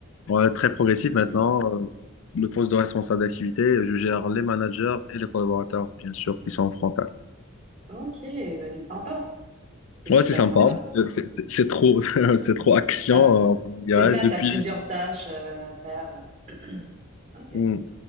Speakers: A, on the left (about 70°); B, on the right (about 30°).
A: Ouais, très progressif maintenant.
B: Mm.
A: euh, Le poste de responsable d'activité, je gère les managers et les collaborateurs, bien sûr, qui sont en frontal.
B: Ok, bah c'est sympa. C'est
A: Ouais,
B: super
A: c'est sympa.
B: sympa.
A: C'est c'est- c'est- c'est trop, <laughs> c'est trop action,
B: T'as-
A: euh, comment dirais-je,
B: C'est ça,
A: depuis.
B: t'as plusieurs tâches euh, à faire. euh. <clears throat> Ok.
A: Mm.